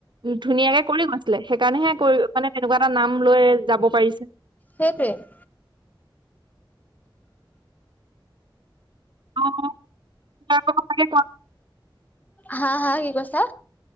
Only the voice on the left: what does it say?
সেইটোৱ,
হা, হা, কি কৈছা?